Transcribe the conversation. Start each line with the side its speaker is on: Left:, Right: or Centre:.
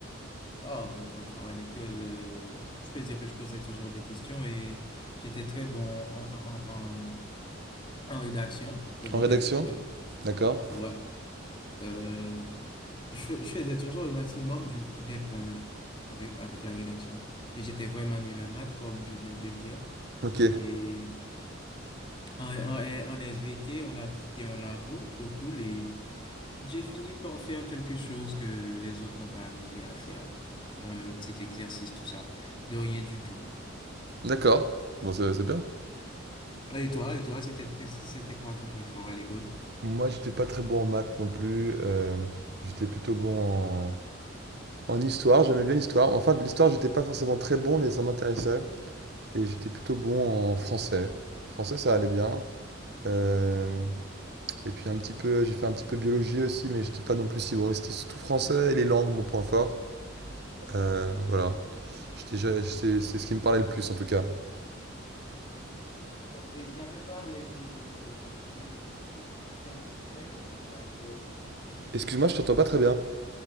Left: Oh, mon bon, il faut à l'école, euh, je peux dire que je posais toujours des questions et j'étais très bon en, en, en, en, en rédaction quand j'étais
Right: En rédaction?
Left: à l'école.
Right: D'accord.
Left: Ouais, euh, je, fais- je faisais toujours le maximum du, des points, là, avec, avec la rédaction. Et j'étais vraiment nul en maths, comme je viens de le dire.
Right: Ok,
Left: et En SVT, on a visité un labo, trop cool et j'ai fini par faire quelque chose que les autres n'ont pas arrivé à faire. Un petit exercice tout ça, de rien du tout.
Right: d'accord. Bon, c'est c'est bien.
Left: Et toi, et toi, c'était c'était quoi ton préféré à l'école?
Right: Moi, j'étais pas très bon en maths non plus. euh, j'étais plutôt bon en, en histoire. J'aimais bien l'histoire. Enfin, de l'histoire, j'étais pas forcément très bon, mais ça m'intéressait. Et j'étais plutôt bon en français. Français, ça allait bien. Euh, Et puis un petit peu, j'ai fait un petit peu biologie aussi, mais j'étais pas non plus si bon. Mais C'était surtout français et les langues, mon point fort. Euh, voilà. J'étais, je- c'est c'est ce qui me parlait le plus en tout cas.
Left: Il n'y avait pas de de de de spécialités parce qu'à l'école.
Right: Excuse-moi, je t'entends pas très bien.